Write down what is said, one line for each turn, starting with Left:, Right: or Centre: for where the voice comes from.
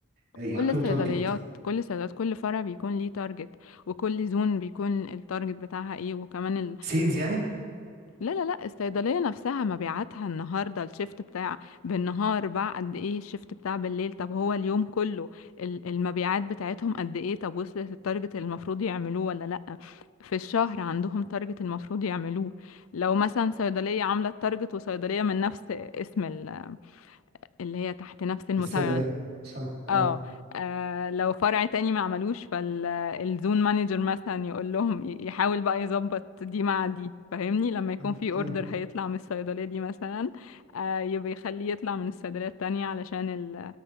Right: يحط
Left: كل الصيدليات
Right: له تارجت
Left: كل الصيدليات كل فرع بيكون ليه تارجت وكل زون بيكون التارجت بتاعها ايه وكمان
Right: سيلز يعني
Left: لا لا لا الصيدلية نفسها مبيعاتها النهاردة الشيفت بتاع بالنهار باع قد ايه الشيفت بتاع بالليل طب هو اليوم كله ال- المبيعات بتاعتهم قد ايه طب وصلت التارجت اللي المفروض يعملوه ولا لا في الشهر عندهم تارجت المفروض يعملوه لو مثلا صيدلية عاملة التارجت وصيدلية من نفس اسم ال- اللي هي تحت نفس المسمى
Right: الصيدلية سامع اه
Left: اه آه، لو فرع تاني ما عملوش فالزون مانجر مثلا يقول لهم ي- يحاول بقى يظبط دي مع دي فاهمني لما يكون
Right: م-
Left: في
Right: م.
Left: اوردر هيطلع من الصيدلية دي مثلا آه، يبقى يخليه يطلع من الصيدلية التانية علشان ال